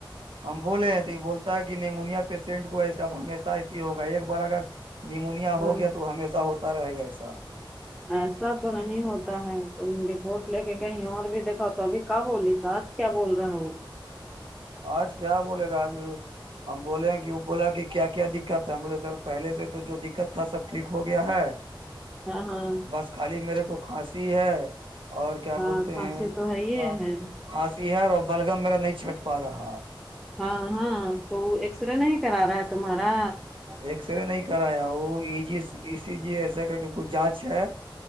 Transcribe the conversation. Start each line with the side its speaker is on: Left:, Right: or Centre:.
Right: ہم بولے ہیں تو یہ بولتے کہ نیمونیا پیشنٹ کو ایسے اب ہمیشہ اس لیے ہوگا ایک بار اگر نیمونیا
Centre: ہاں
Right: ہو گیا تو ہمیشہ ہوتا رہے گا ایسا
Centre: ایسا تو نہیں ہوتا ہے تم رپورٹ لے کے کہیں اور بھی دیکھا تو ابھی کب ہوولی سج کیا بول رہا ہو
Right: آج کیا بولے گا آج ہم بولے ہیں کہ وہ بولا کہ کیا کیا دقت س بولے سر پہلے سے تو جو دقت تھا سب ٹھیک ہو گیا ہے
Centre: ہاں ہاں
Right: بس خالی میرے کو کھانسی ہے اور کیا
Centre: ہاں
Right: بولتے
Centre: کھانسی
Right: ہیں
Centre: تو ہے یہ
Right: ا
Centre: ہے
Right: ہاسی ہر اور بلگم میرا نہیں چھٹ پا رہا
Centre: ہاں ہاں تو ایکس رے نہیں کرا رہا ہے تمہارا
Right: ایکس رے نہیں کرایا وہ ای جیی جی ایسا کہ کہ کچھ جانچ ہے